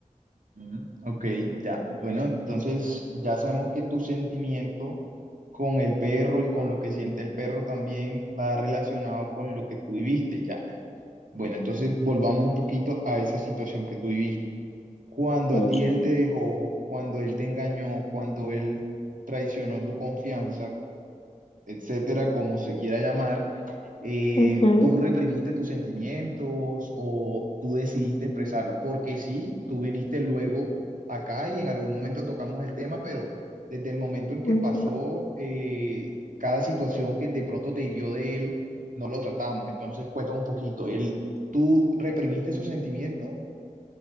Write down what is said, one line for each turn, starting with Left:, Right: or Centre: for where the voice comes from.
Right: ujú. Ok, ya. Bueno, entonces, Ya sabemos que tu sentimiento con el perro y con lo que siente el perro también va relacionado con lo que tú viviste, ya. Bueno, entonces volvamos un poquito a esa situación que tú viviste. Cuando
Left: Ok.
Right: a ti él te dejó, cuando él te engañó, cuando él traicionó tu confianza, etcétera, como se quiera llamar, eh,
Left: Ujú,
Right: tú reprimiste tus sentimientos o tú decidiste expresarlos, porque sí, tú viniste luego acá y en algún momento tocamos el tema, pero desde el momento en que
Left: ujú.
Right: pasó eh, cada situación que de pronto te hirió de él, no lo tratamos. Entonces, cuéntame un poquito, él, ¿tú reprimiste esos sentimientos?